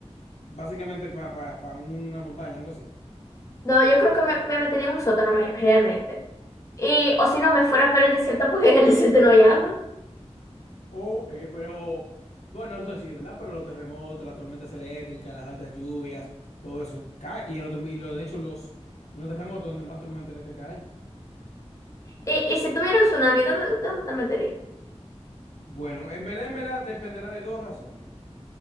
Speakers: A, on the left; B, on the left.
A: básicamente, para, para, para una montaña, algo así.
B: No, yo creo que me, me metería en un sótano me- realmente. Y, o si no, me fuera por el desierto, porque en el desierto no hay agua.
A: Ok, pero bueno, eso sí, ¿verdad? Pero los terremotos, las tormentas eléctricas, las altas lluvias, todo eso cae. Y, en otro, y lo, de hecho, los, en los terremotos donde más tormenta eléctrica hay.
B: Y, y si tuviera un tsunami, ¿dónde, dónde te meterías?
A: Bueno, en verdad, en verdad, dependerá de dos razones.